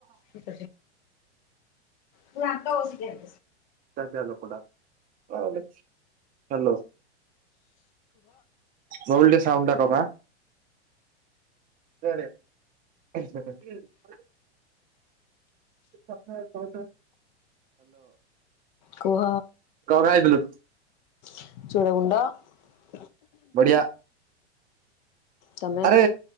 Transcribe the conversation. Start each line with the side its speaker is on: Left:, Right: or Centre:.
Left: <unintelligible> ତୁ ଦାନ୍ତ ଘଷିଦେ।
Right: ଅଝଟିଆ ଲୋକ ଟା <unintelligible> ହ୍ୟାଲୋ ଗୋଲଡ ସାଉଣ୍ଡୁ ଦବା କୁଆଡ଼େ <unintelligible> ହ୍ୟାଲୋ
Left: କୁହ
Right: କଣ ଖାଇଥିଲୁ?
Left: <unintelligible>
Right: ବଢିଆ
Left: ତମେ
Right: ଆରେ